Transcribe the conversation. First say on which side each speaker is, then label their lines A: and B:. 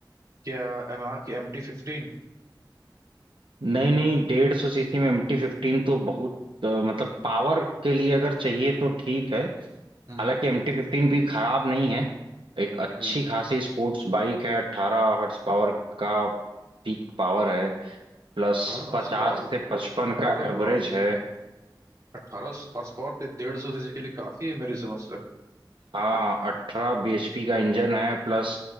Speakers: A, on the right; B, on the right.
A: क्या यामाहा की एम टी फिफ्टीन
B: नहीं नहीं डेढ़ सौ सीसी में एम टी फिफ्टीन तो बहुत अ, मतलब पावर के लिए अगर चाहिए तो ठीक है
A: हम्म
B: हालांकि एम टी फिफ्टीन भी खराब नहीं है एक अच्छी
A: हम्म
B: खासी स्पोर्ट्स बाइक है अट्ठारह हॉर्स पावर का पीक पावर है प्लस
A: अठारह हॉर्स
B: पचास
A: पावर
B: से पचपन का
A: अरे
B: एवरेज
A: वाह
B: है
A: अठारह हॉर्स पावर तो डेढ़ सौ सीसी के लिए काफी है मेरी समझ से
B: हाँ अठारह bhp का इंजन है प्लस